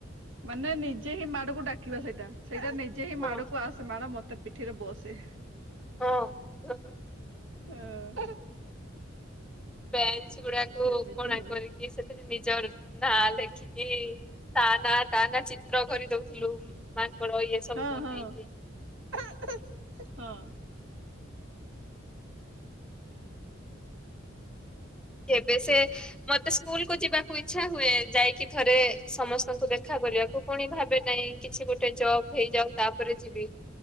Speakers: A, on the right; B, in the centre.
A: ମାନେ ନିଜେ ହିଁ ମାଡକୁ ଡାକିବା ସେଇଟା, ସେଇଟା ନିଜେ ହିଁ
B: ହଁ।
A: ମାଡକୁ ଆସ ସେ ମାଡ ମତେ ପିଠି ରେ ବସେ।
B: ହଁ ଅଁ
A: ହୁଁ ଉଁ
B: ବେଞ୍ଚ୍ ଗୁଡାକୁ
A: ସେମିତି
B: କଣା
A: ହୁଏ
B: କରିକି ସେଥି ସେଠି ନିଜର୍ ନାଁ ଲେଖିକି ତା ନାଁ ତା ନାଁ ଚି ଚିତ୍ର କରିଦୋଉଥିଲୁ ମାଙ୍କଡ ଇଏ ସବୁ
A: ହଁ
B: ବନେଇକି।
A: ହଁ <unintelligible> ହଁ ଅଁ
B: କେବେ ସେ ମତେ ସ୍କୁଲ୍ କୁ ଯିବାକୁ ଇଚ୍ଛା ହୁଏ ଯାଇକି ଥରେ ସମସ୍ତଙ୍କୁ ଦେଖ୍ ଦେଖା କରିବାକୁ ପୁଣି ଭାବେ ନାହିଁ କିଛି ଗୋଟେ ଜବ୍ ହେଇଯାଉ ତାପରେ ଯିବି।